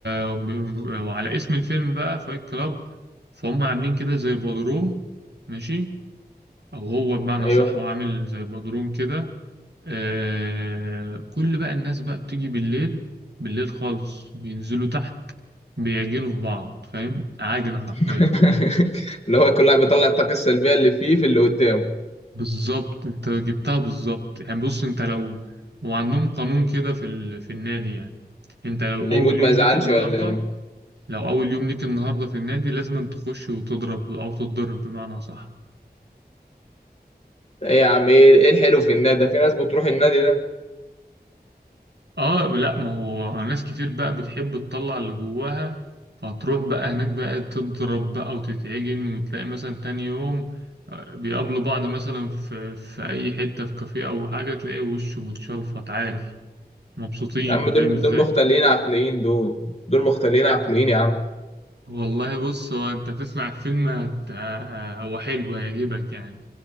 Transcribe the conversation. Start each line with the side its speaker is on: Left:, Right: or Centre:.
Right: وب- وعلى اسم الفيلم بقى فايت كلاب فهم عاملين كده زي بودروم ماشي او هو بمعنى
Left: ايوه
Right: صح هو عامل زي بدروم كده آه كل بقى الناس بقى بتيجي بالليل بالليل خالص بينزلوا تحت بيعجنوا في بعض فاهم عاجنة حرفيا
Left: <laughs> اللي هو كل واحد بيطلع الطاقه السلبيه اللي فيه في اللي قدامه
Right: بالظبط انت جبتها بالظبط يعني بص انت لو وعندهم قانون كده في ال... في النادي يعني انت لو
Left: اللي
Right: اول
Left: يموت ما
Right: يوم
Left: يزعلش
Right: ليك النهارده
Left: ولا ايه
Right: لو اول يوم ليك النهارده في النادي لازم تخش وتضرب او تتضرب بمعنى صح
Left: ايه يا عم ايه ايه الحلو في النادي ده في ناس بتروح النادي ده
Right: اه لا ما هو ناس كتير بقى بتحب تطلع اللي جواها فهتروح بقى هناك بقى تضرب بقى وتتعجن وتلاقي مثلا تاني يوم آه، بيقابلوا بعض مثلا في في اي حتة في كافيه او حاجة تلاقي وشه متشلفط عادي مبسوطين
Left: يا عم دول
Right: فاهم ازاي
Left: دول مختلين عقليين دول دول مختلين عقليين يا عم
Right: والله بص هو انت تسمع الفيلم هت... آه، هو حلو هيعجبك يعني